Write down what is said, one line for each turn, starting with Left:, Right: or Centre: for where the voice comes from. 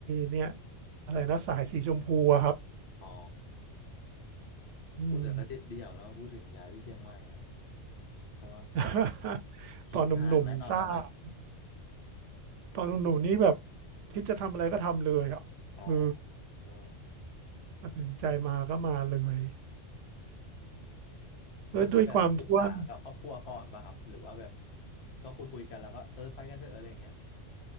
Right: เนี่ยอะไรนะสายสีชมพูอะครับ
Left: อ๋อ
Right: อืม
Left: โหแต่ก็เด็ดเดี่ยวเนาะพูดถึงย้ายไปเชียงใหม่อะใช่ปะ
Right: <laughs>
Left: คิดนานไหมตอนนั้นอะ
Right: ตอนหนุ่มๆทราบตอนหนุ่มๆนี่แบบคิดจะทำอะไรก็ทำเลยอ่ะเออ
Left: อ๋ออืม
Right: ตัดสินใจมาก็มาเลยแล้วด้วยความที่ว่า
Left: ก็คือแบบปรึกษากับครอบครัวก่อนป่ะครับหรือว่าแบบก็คุยคุยกันแล้วก็เออไปกันเถอะอะไรอย่างเงี้ย